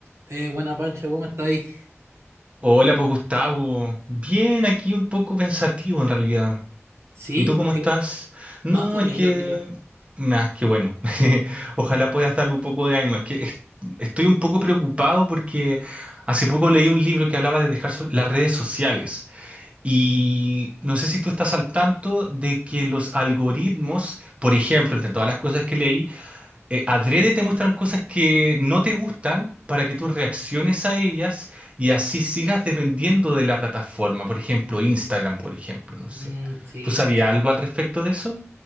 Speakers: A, on the right; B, on the right.
A: Eh, buena Pancho, ¿cómo estáis?
B: Hola, pues Gustavo. Bien, aquí un poco pensativo en realidad.
A: Sí,
B: ¿Y tú
A: ¿por
B: cómo
A: qué?
B: estás? No,
A: No, estoy
B: es
A: bien,
B: que...
A: gracias a Dios.
B: Nah, qué bueno. <laughs> Ojalá puedas darme un poco de ánimo. Es que es- estoy un poco preocupado porque hace poco leí un libro que hablaba de dejar so- las redes sociales. Y no sé si tú estás al tanto de que los algoritmos, por ejemplo, entre todas las cosas que leí, eh, adrede te muestran cosas que no te gustan para que tú reacciones a ellas y así sigas dependiendo de la plataforma. Por ejemplo, Instagram, por ejemplo, no
A: Mm,
B: sé.
A: sí,
B: ¿Tú sabías
A: o sea,
B: algo al respecto de eso?